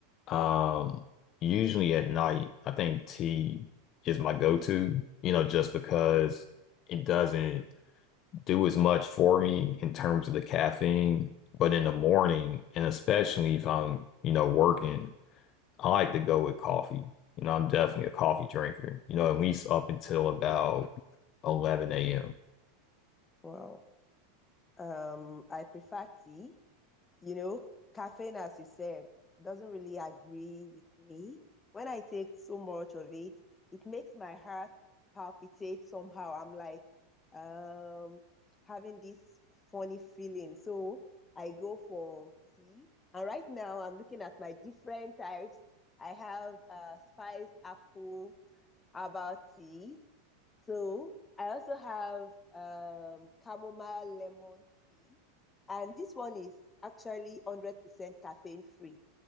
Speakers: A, on the left; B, on the left.
A: um, usually at night, I think tea is my go-to, you know, just because it doesn't do as much for me in terms of the caffeine. But in the morning, and especially if I'm, you know, working, I like to go with coffee. You know, I'm definitely a coffee drinker, you know, at least up until about 11 a.m.
B: Wow. Um, I prefer tea. you know, caffeine, as you said, doesn't really agree with me. When I take so much of it, it makes my heart palpitate somehow. I'm like um, having this funny feeling. So I go for tea. And right now, I'm looking at my different types. I have uh, spiced apple herbal tea. So I also have um, chamomile lemon tea, and this one is actually 100% caffeine free.